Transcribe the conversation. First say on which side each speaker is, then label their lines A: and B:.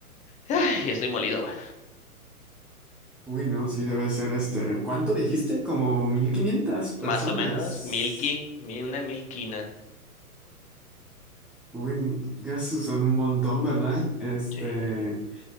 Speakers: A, on the left; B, in the centre.
A: Ay, estoy molido, güey.
B: Uy, no, sí, debe ser este. ¿Cuánto dijiste? Como 1500 personas.
A: Más o menos, milky, mi- una milquina.
B: Uy, gasos son un montón, ¿verdad? Este,
A: Sí,